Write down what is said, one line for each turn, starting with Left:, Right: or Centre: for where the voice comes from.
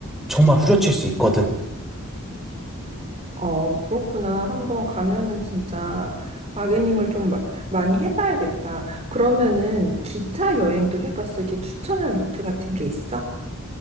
Centre: 정말 후려칠 수 있거든.
Right: 어, 그렇구나. 한번 가면은 진짜 바게닝을 좀 마- 많이 해봐야겠다. 그러면은 기차 여행도 해봤어? 이렇게 추천할 루트 같은 게 있어?